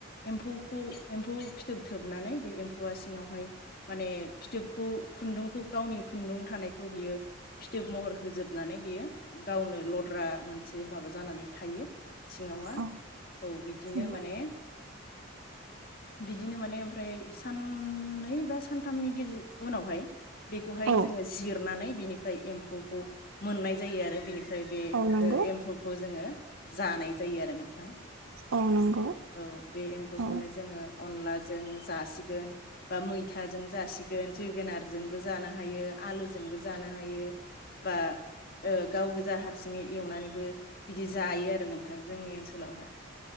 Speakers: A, on the left; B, on the right.
A: एम्फौखौ एम्फौ फिथोब थोबनानै बे एम्फौआ सिङावहाय माने फिथोबखौ खुन्दुंखौ गावनि खुन्दुं थानायखौ बियो फिथोब महर होजोबनानै बियो गावनो लद्रा मोनसे माबा जानानै थायो सिङावहा।
B: औ
A: औ बिदिनो
B: नंगौ
A: माने बिदिनो माने ओमफ्राय साननै बा सानथामनि गेज उनावहाय बेखौहाय
B: औ
A: जोङो जिरनानै बिनिफ्राय एम्फौखौ मोननाय जायो आरो बिनि फ्राय बे
B: औ नंगौ
A: एम्फौखौ जोङो जानाय जायो आरो नोंथां।
B: औ नंगौ
A: औ बे एम्फौखौनो
B: औ
A: जोङो अनलाजों जासिगोन बा मैथाजों जासिगोन जोगोनारजोंबो जानो हायो, आलुजोंबो जानो हायो। बा ओ गाव गो जा हारसिङै एवनानैबो बिदि जायो आरो नोंथां जोंनि ओनसोलावहा।